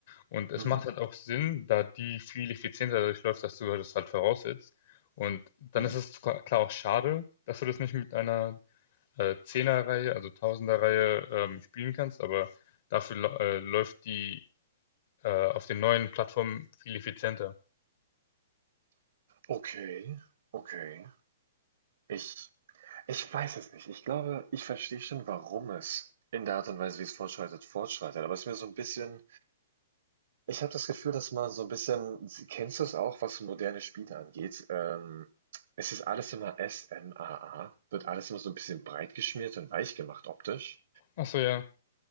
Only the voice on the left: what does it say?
Und es
macht halt auch Sinn, da die viel effizienter durchläuft, dass du das halt voraussetzt. Und dann
ist es ka- klar auch schade, dass du das nicht mit einer äh, Zehner-Reihe, also Tausender-Reihe ähm, spielen kannst, aber dafür lau- äh, läuft die äh, auf den neuen Plattformen viel effizienter.
Ach so, ja.